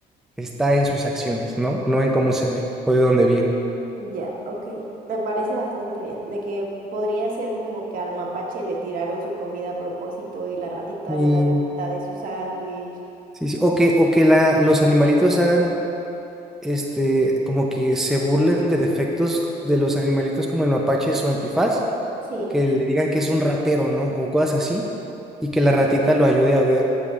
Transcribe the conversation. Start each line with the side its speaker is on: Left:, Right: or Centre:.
Centre: está en sus acciones, ¿no? No en cómo se ve o de dónde viene.
Right: ya, ok. Me parece bastante bien. De que podría ser como que al mapache le tiraron su comida a propósito y la ratita
Centre: Y
Right: le da la mitad de su sándwich.
Centre: sí, sí, O que, o que la, los animalitos hagan, este, como que se burlen de defectos de los animalitos como el mapache, su antifaz,
Right: Sí,
Centre: que le digan que es un ratero, ¿no? O cosas así, y que la ratita lo ayude a ver